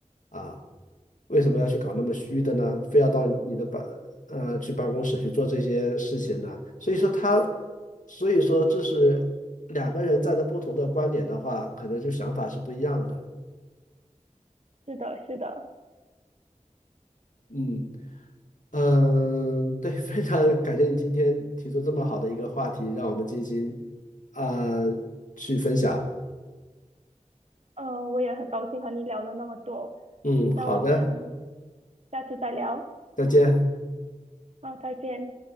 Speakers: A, on the left (about 75°); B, on the right (about 55°).
A: 啊，为什么要去搞那么虚的呢？非要到你的办呃去办公室去做这些事情呢？所以说他，所以说这是两个人站在不同的观点的话，可能就想法是不一样的。
B: 是的是的，
A: 嗯嗯，对，非常感谢你今天提出这么好的一个话题，让我们进行啊、去分享。
B: 呃，我也很高兴和你聊了那么多，
A: 嗯，
B: 那我们
A: 好的，
B: 下次再聊，
A: 再见。
B: 好，再见。